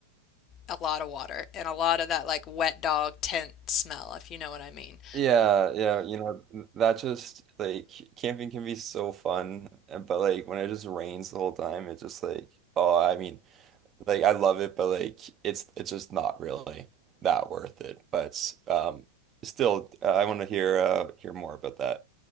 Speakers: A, on the left; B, on the right.
A: a lot of water and a lot of that like wet dog tent smell, if you know what I mean.
B: Yeah, yeah, you know, that just like camping can be so fun, and- but like when it just rains the whole time, it's just like, oh, I mean, like I love it, but like it's it's just not really that worth it. But um still, uh, I want to hear uh hear more about that.